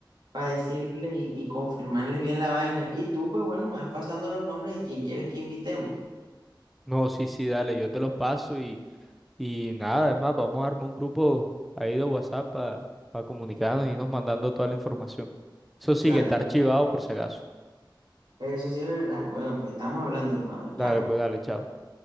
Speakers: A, on the right; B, in the centre.
A: para decirles y, y confirmarles bien la vaina. Y tú, pues bueno, me vas pasando los nombres de quien quieres que invitemos.
B: No, sí, sí, dale, yo te los paso y, y nada, es más, vamos a armar un grupo ahí de WhatsApp para comunicarnos y irnos mandando toda la información. Eso sí
A: Dale,
B: que está
A: pues.
B: archivado por si acaso.
A: Eso sí es verdad. Bueno, pues estamos hablando, hermano. Chao.
B: Dale, pues dale, chao.